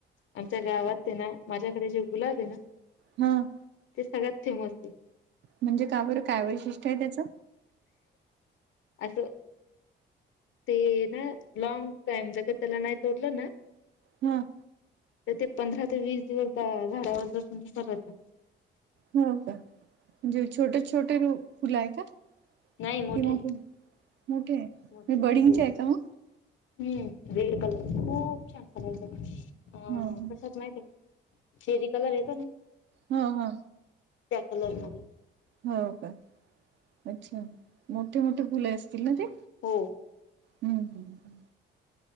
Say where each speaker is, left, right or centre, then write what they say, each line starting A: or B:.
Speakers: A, on the left (about 75°); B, on the right (about 65°).
A: आमच्या गावात ते ना माझ्याकडे जो गुलाब आहे ना
B: हम्म
A: ते सगळ्यात फेमस आहे.
B: म्हणजे का बरं काय वैशिष्ट्य आहे त्याचं?
A: असं ते ना लॉंग टाइम जग का त्याला नाही तोडलं ना
B: हम्म
A: तर ते पंधरा ते वीस दिवस झाडावर असं जगत राहत.
B: हो का म्हणजे छोटे छोटे फुलं आहे का?
A: नाही मोठं
B: कि मोठे
A: आहे
B: मोठे आहे
A: मोठे
B: म बडिंगचे
A: हो.
B: आहे का मग?
A: हम्म रेड कलर खूप छान कलर ह
B: हा
A: कशेत माहिती आहे. चेरी कलर येतो ना
B: हा हा
A: हॅलो मॅम
B: हो का अच्छा मोठे मोठे फुले असतील ना ते
A: हो
B: हम्म